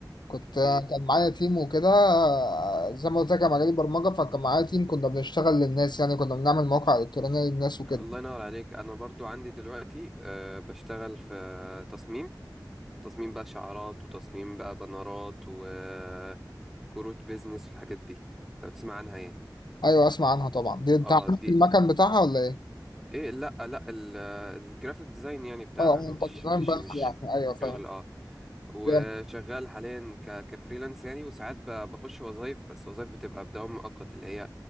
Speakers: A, on the left; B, in the centre.
A: كنت
B: امم
A: كان معايا تيم وكده زي ما قلت لك انا مجالي برمجه فكان معايا تيم كنا بنشتغل للناس يعني كنا بنعمل مواقع الكترونيه للناس وكده
B: الله ينور عليك انا برضو عندي دلوقتي أه بشتغل في تصميم تصميم بقى شعارات وتصميم بقى بنرات وكروت بيزنس والحاجات دي لو تسمع عنها يعني
A: ايوه اسمع عنها طبعا دي انت
B: اه
A: عارف
B: دي
A: المكان بتاعها ولا ايه؟
B: ايه لا لا ال- الجرافيك ديزاين يعني بتاعها
A: اه آه،
B: مش
A: انت تمام
B: مش
A: بس
B: مش
A: يعني ايوه فاهم
B: شغل اه وشغال
A: فاهم.
B: حاليا ك كفريلانس يعني وساعات ب- بخش وظايف بس وظايف بتبقى بدوام مؤقت اللي هي